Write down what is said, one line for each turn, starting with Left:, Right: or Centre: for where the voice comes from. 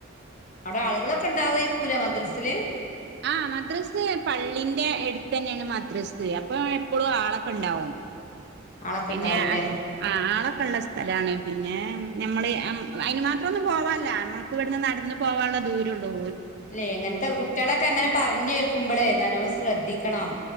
Left: അവിടെ ആളുകളൊക്കെ ഇണ്ടാവ് രിക്കൂലെ മദ്രസില്
Right: ആ മദ്രസ് പള്ളിന്റെ എടുത്ത് തന്നെയാണ് മദ്രസ് അപ്പൊ എപ്പളും ആളൊക്കെ ണ്ടാവും
Left: ആളൊക്കെ
Right: പിന്നെ
Left: ഉണ്ടാവൂലേ
Right: അങ്ങ് ആളൊക്കെ ഉള്ള സ്ഥലാണെ പിന്നെ ഞമ്മള് അയിന് മാത്രം ഒന്നും പോവാല്ല നമ്മൾക്ക് ഇവ്ട്ന്ന് നടന്ന് പോവാൻള്ള ദൂരം ഒള്ളൂ
Left: ലെ ഇങ്ങനത്തെ കുട്ടികളൊക്കെ അങ്ങനെ പറഞ്ഞു കേക്കുമ്പളേ നല്ലോണം ശ്രദ്ധിക്കണം